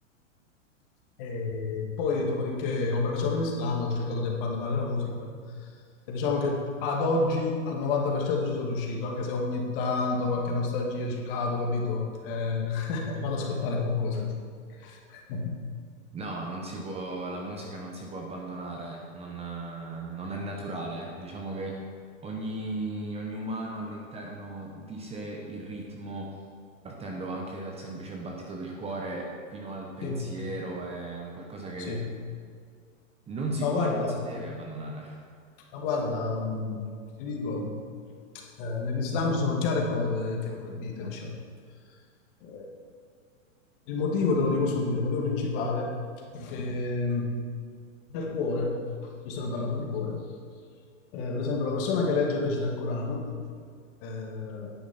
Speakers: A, on the left (about 45°); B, on the right (about 15°).
A: E poi, dopodiché, ho abbracciato l'Islam, ho cercato di abbandonare la musica. E diciamo che ad oggi al 90% ci sono riuscito, anche se ogni tanto qualche nostalgia ci cado, capito? Eh, <laughs> vado ad ascoltare qualcosa. di- <laughs>
B: No, non si può, la musica non si può abbandonare, non, eh, non è naturale. Diciamo che ogni, ogni umano ha all'interno di sé il ritmo, partendo anche dal semplice battito del cuore fino al pensiero,
A: Sì,
B: è un qualcosa che
A: sì.
B: non si
A: Ma
B: può
A: guarda,
B: e non si deve abbandonare.
A: ma guarda, mh, ti dico, eh, nell'Islam ci sono chiare prove che è proibita, diciamo. Eh, Il motivo, te lo dico subito, il motivo principale è che mh, nel cuore, visto che ho parlato di cuore, eh, per esempio la persona che legge e recita il Corano, eh,